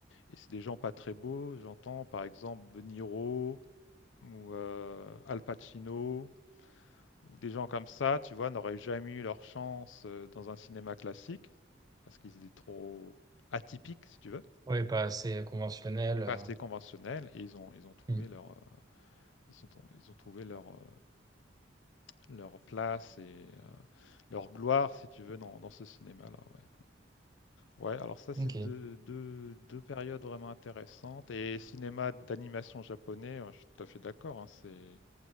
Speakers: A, on the left; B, on the right.
A: Et c'est des gens pas très beaux. J'entends par exemple De Niro ou euh, Al Pacino Ou des gens comme ça, tu vois, n'auraient jamais eu leur chance euh, dans un cinéma classique, parce qu'ils étaient trop atypiques, si tu veux,
B: ouais, pas assez conventionnel. euh.
A: pas assez conventionnels, et ils ont, ils ont trouvé
B: Hmm.
A: leur, euh, ils sont, ils ont trouvé leur, euh, leur place et euh, leur gloire, si tu veux, dans, dans ce cinéma-là. Ouais. ouais, alors ça, c'est
B: Ok.
A: deux, deux, deux périodes vraiment intéressantes. Et cinéma d'animation japonais, ouais, je suis tout à fait d'accord, hein, c'est,